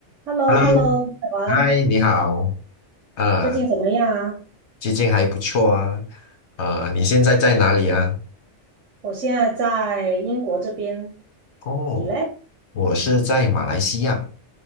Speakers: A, on the right (about 85°); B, on the left (about 70°).
A: h e l l o
B: Hello，
A: h e l l o 好啊，
B: 嗨，你好，啊，
A: 最近怎么样啊？
B: 最近还不错啊，啊，你现在在哪里啊？
A: 我现在在英国这边，
B: 哦，
A: 你嘞？
B: 我是在马来西亚。